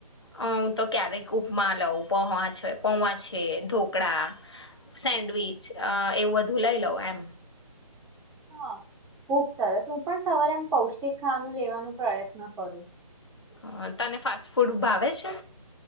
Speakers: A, on the left; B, in the centre.
A: હ હું તો ક્યારેક ઉપમા લઉં પોવા છે પોવા છે ઢોકળા સેન્ડવીચ એવું બધું લઈ લઉં એમ
B: હા ખુબ સરસ હું પણ સવારે આમ પૌષ્ટિક ખાવાનું લેવાનો પ્રયત્ન કરું
A: હ તને ફાસ્ટ ફૂડ ઉભા આવે છે